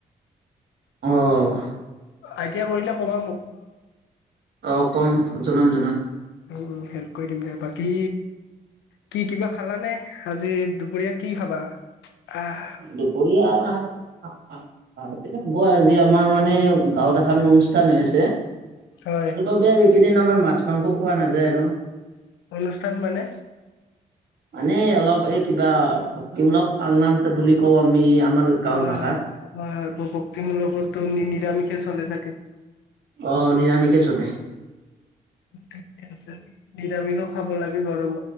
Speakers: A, on the right; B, on the left.
A: অহ।
B: আইটিয়া কৰিলে ক'বা মোক।
A: অ কম জনাম জনাম।
B: উম, উম। হেল্প কৰি দিম দিয়া। বাকী কি কিবা খালানে আজি? দুপৰীয়ে কি খাবা? আহ
A: দুপৰীয়া। <unintelligible> <unintelligible> আজি, আমাৰ মানে গাঁওত এখন অনুষ্ঠান হৈ আছে।
B: হয়
A: তাৰ বাবে আৰু এইকেইদিন আমাৰ মাছ মাংস খোৱা নাযায় আৰু।
B: অনুষ্ঠান মানে?
A: মানে অলপ এই কিবা ভক্তিমূলক পালনাম বুলি কওঁ আমি। আমাৰ গাঁৱৰ
B: <unintelligible>
A: ভাষাত
B: ভক্তিমূলকতো নিৰামিষে চলে চাগে।
A: অ', নিৰামিষে চলে।
B: ঠিকে আছে। নিৰামিষো খাব লাগে বাৰু।